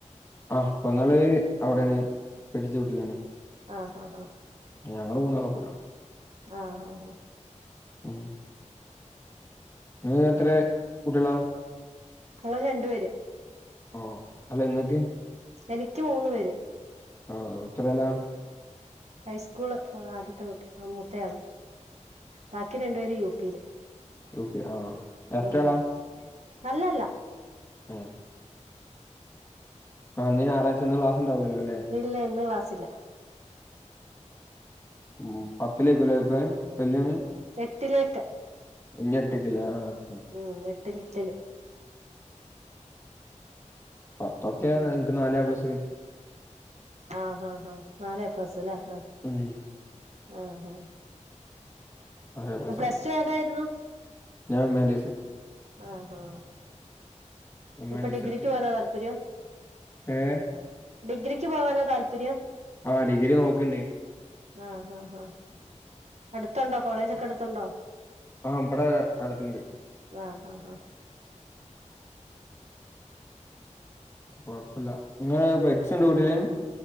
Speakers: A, on the left; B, on the right.
A: ആഹ് പെങ്ങൾ അവിടെണ് കെട്ടിച്ച വീട്ടിലാണ്
B: ആഹ് ആഹ് ആഹ്
A: ഞങ്ങള്ൾ മൂന്നാള്ളുംപ്പരാണ്
B: ആഹ് ആഹ് ആഹ്
A: മ് നിങ്ങ്ക്കെത്രെ കുട്ട്യളാ?
B: ഞങ്ങള് രണ്ടുപേര്
A: ഓഹ്, അല്ല ഇങ്ങക്ക്?
B: എനിക്ക് മൂന്ന് പേര്.
A: ആഹ് എത്രേലാ?
B: ഹൈസ്കൂള് ആദ്യത്തെ കുട്ടി മൂത്തയാള്, ബാക്കി രണ്ടു പേരും യൂപിയില്
A: യൂ പി ആഹ് എരട്ടകളാ
B: ഉം അല്ലല്ല
A: ഉം ആഹ് ഇന്ന് ഞായറായ്ച്ച, ഇന്ന് ക്ലാസ്ണ്ടാവൂലല്ലലേ
B: ഇല്ല ഇന്ന് ക്ലാസ്സില്ല
A: ഉം പത്തിലെയ്ക്കുലേ <unintelligible> വൽയോന്
B: എട്ടിലേക്ക്
A: ഇഞ്ഞെട്ട്ക്ക്ലേ ആഹ് ആഹ്
B: ഉം എട്ടിലെട്ടില്
A: പത്തൊക്കെ എനിക്ക് നാലേപ്ലസ്
B: ആഹ് ഹാ ഹാ നാലേപ്ലസ് ലേ, ആഹ്
A: ഉം
B: ആഹ് ആഹ്
A: നാലേപ്ലസ്ണ്ടായ്നു.
B: പ്ലസ് ടു ഏതായിരുന്നു
A: ഞാൻ ഹ്യുമാൻറ്റീസ്
B: ആഹ് ആഹ്
A: ഹ്യൂമാൻറ്റീസ്ട്ത്തെ,
B: ഇപ്പൊ ഡിഗ്രിക്ക് പോകാനാ താല്പര്യം
A: ഏഹ്
B: ഡിഗ്രിക്ക് പോവാനാ താല്പര്യം?
A: ആഹ് ഡിഗ്രി നോക്കണ്ട്
B: ആഹ് ആഹ് ആഹ് <unintelligible> ത്തുണ്ടോ കോളേജൊക്കെ അടുത്തുണ്ടോ?
A: ആഹ് ഇബടെ അടുത്ത്ണ്ട്.
B: ആഹ് ആഹ് ആഹ്
A: കൊഴ്പ്പല്ല. നിങ്ങള് പെറ്റ്സ്ണ്ടൊ വീട്ടില്?